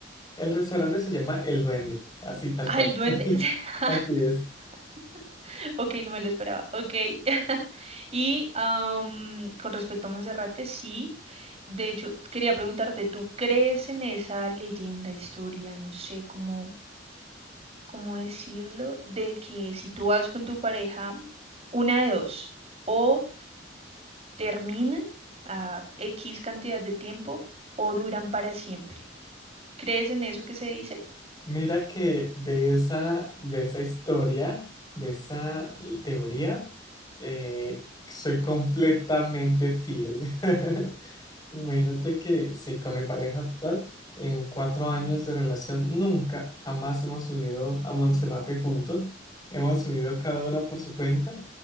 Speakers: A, on the left (about 20°); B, on the right (about 35°).
A: El restaurante se llama El Duende, así tal
B: Ah,
A: cual.
B: el duende. <laughs>
A: <laughs> Así es.
B: <laughs> Ok, no me lo esperaba. Ok. <laughs> Y am, con respecto a Monserrate, sí. De hecho, quería preguntarte, ¿tú crees en esa leyenda, historia, no sé cómo, cómo decirlo, de que si tú vas con tu pareja, una de dos, o terminan a X cantidad de tiempo o duran para siempre? ¿Crees en eso que se dice?
A: Mira que de esa, de esa historia, de esa teoría, eh, soy completamente fiel. <laughs> Imagínate que sí, con mi pareja actual, en cuatro años de relación, nunca, jamás hemos subido a Monserrate juntos. Hemos subido cada uno por su cuenta,